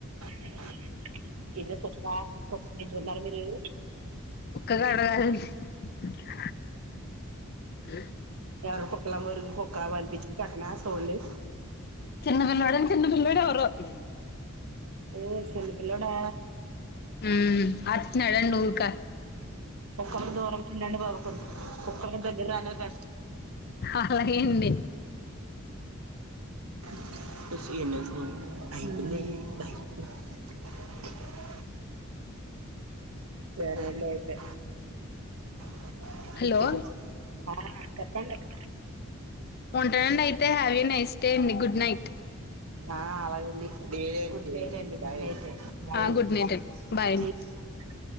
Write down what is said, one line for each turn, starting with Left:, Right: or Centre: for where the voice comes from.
Right: <unintelligible> మీరు
Left: <unintelligible> అ
Right: ఎరు పొక్కలం వరుం పొక్క వడ్డించి కట్టనా సోలే.
Left: చిన్నపిలోడున్ చిన్న పిల్లోడెవరో. !
Right: ఊ సిన్నపిల్లోడా.?
Left: ఉమ్ అరుస్తున్నాడండి ఊరిక
Right: ఒక్కప్పు దూరంగుండండి బాబు. కొక్క్ కుక్కల్ని దగ్గరానివ్కండి.
Left: అలాగే అండి
Right: <unintelligible> సరేలే ఐతే. <inaudible>
Left: హలో
Right: ఆ చెప్పండి. !
Left: ఉంటానండి అయితే. హ్యావే నైస్ డే అండి. ! Good night.
Right: ఆ అలాగెండి డే, గుడ్డు నైట్ అండి. బాయ్ అయితే, బాయ్
Left: ఆ
Right: అండి.
Left: గుడ్ నైట్ బాయ్ అండి
Right: <inaudible>